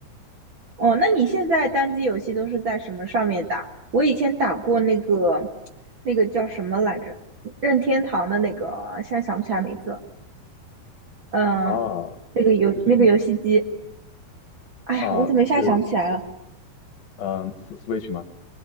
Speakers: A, on the right; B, on the left.
A: 哦，那你现在单机游戏都是在什么上面打？我以前打过那个那个叫什么来着，任天堂的那个，现在想不起来名字了。嗯、
B: 啊！
A: 呃那个游那个游戏机，
B: 就是
A: 哎呀，
B: 啊，
A: 我怎么一下想不起来了？
B: 就是嗯 s w i t c h 吗？